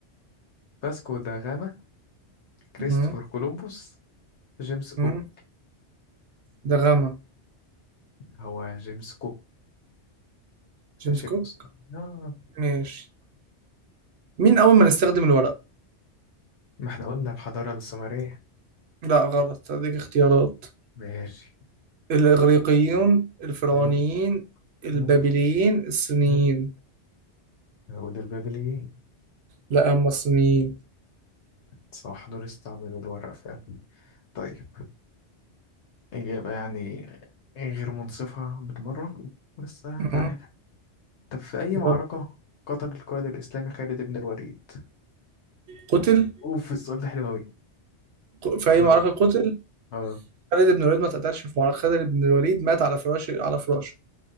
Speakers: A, on the left; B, on the right.
A: فاسكو دا غاما كريستوفر
B: مم.
A: كولومبوس جيمس كوك
B: مم. ده غامة
A: هو جيمس كوك اكتشف
B: جيمس كوك
A: اصلا آه.
B: ماشي مين أول ما نستخدم الورق؟
A: ما احنا قلنا الحضارة السومرية
B: لا غلط هديك اختيارات
A: ماشي
B: الإغريقيون الفرعونيين
A: مم.
B: البابليين
A: مم.
B: الصينيين
A: مم. العود البابلي
B: لا هم الصينيين
A: صح دول استعملوا الورق فعلا طيب إجابة يعني غير منصفة بالمرة بس
B: مم.
A: تعالى طب في أي
B: يلا.
A: معركة قتل القائد الإسلامي خالد بن الوليد؟
B: قتل
A: أوف السؤال ده حلو أوي
B: ق- في أي
A: جاوب
B: معركة قتل
A: اه
B: خالد بن الوليد ما اتقتلش في معركة خالد بن الوليد مات على فراشه على فراشه